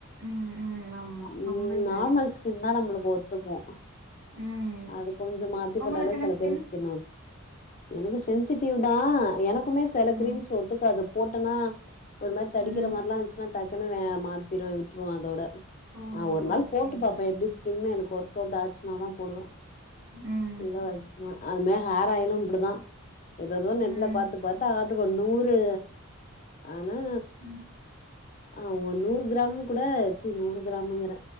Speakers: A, on the right; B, on the left.
A: ம் ம் ஆமா
B: ம்
A: ரொம்ப இதாயிரும்.
B: நார்மல் ஸ் தின்னா நம்ளுக்கு ஒத்துக்கூ
A: ம்
B: அது கொஞ்சோ மாத்தி போட்டாலே
A: உங்களுக்கு என்ன
B: செல
A: ஸ்கின்?
B: பேருக்கு ஸ்கீன் என்னுது சென்சிட்டிவ் தா எனக்குமே செல
A: ம்.
B: க்ரீம்ஸ் ஒத்துக்காது போட்டனா ஒரு மாரி தடிக்கிற
A: ம்.
B: மார்ல்லா இருந்ச்சுன்னா டக்குன்னு வேற மாத்திடுவ விட்டுருவ அதோட
A: ஓ!
B: நா ஒரு நாள்
A: ஓகே,
B: போட்டு
A: ஓகே.
B: பாப்பே எப்டி ஸ்கின்னு எனக்கு ஒர்க் அவுட் ஆச்சீன்னாதா போடுவ
A: ம்
B: இல்ல அத் அதுமாரி ஹேர் ஆயிலும் இப்டிதா ஏதேதோ நெட்ல
A: ம்.
B: பாத்து பாத்து ஆட்ரு ப்ப நூறு ஆனா
A: ம்
B: ஆ ஒரு நூறு கிராம் கூட ச்சீ நூறு கிராம்ங்குற